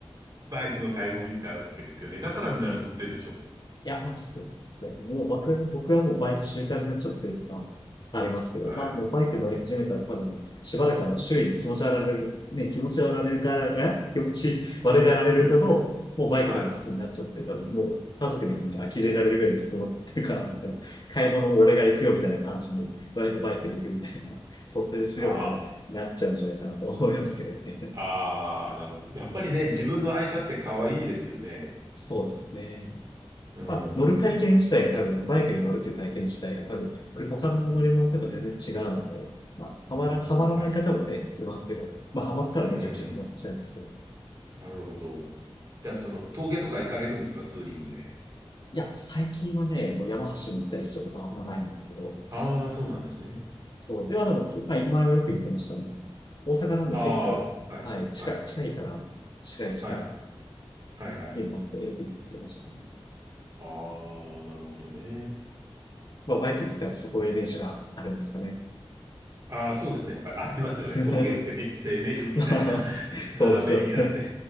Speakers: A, on the right (about 40°); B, on the left (about 50°).
A: バイクの醍醐味ってあるわけですよね。だからみんな乗ってんでしょ。
B: いや、まあそうですね。もう僕、僕はもうバイク習慣になっちゃってるっていうのはありますけど、
A: はい。
B: まあもうバイク乗り始めたら多分、しばらくはもう周囲に気持ち悪がられる、<laughs> ね、気持ち悪がられるから、え気持ち悪がられるほど、
A: <laughs>
B: もうバイク多分好きになっちゃって、
A: はい。
B: 多分もう家族にもね、呆れられるぐらいずっと乗ってるから、みたいな。買い物も俺が行くよみたいな感じに、割とバイクで行くみたいな、蘇生するように多分なっちゃうんじゃないかなと思いますけどね。
A: ああ、ああ、なるほど。やっぱりね、自分の愛車って可愛いですよね。
B: <laughs> そうですね。
A: うん。
B: まあ、乗る体験自体が多分、バイクに乗るっていう体験自体が多分、これ他の乗り物とか全然違うので、
A: うん。
B: まあ、
A: うん確か
B: はまら、はまらない方もね、いますけど、まあ、はまったらめちゃくちゃはまっちゃいますよね。
A: に。うん。なるほど。じゃあ、その、峠とか行かれるんですか、ツーリングで。
B: いや、最近はね、もう山橋に行ったりすることはあんまないんですけど、
A: ああ、そうなんですね。
B: そう、ではでも、まあ、前はよく行ってましたね。大阪なんで結構、
A: ああ、はい、
B: はい、近い、
A: はい、
B: 近いから、近い近い、
A: はい、はい、はい。
B: 見るもあってよく行ってましたね。
A: ああ、なるほどね。
B: まあ、バイクって言ったらそこのイメージがあるんですかね。
A: ああ、そうですね。やっぱりありますよね。
B: <laughs>
A: 峠を攻め、攻めるみたいな、
B: まあ、
A: <laughs> 斜めになって。
B: そうですよ。